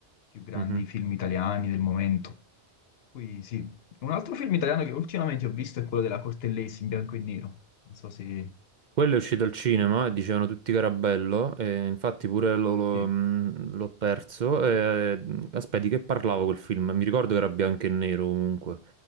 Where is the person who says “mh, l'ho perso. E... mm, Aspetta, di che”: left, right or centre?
Right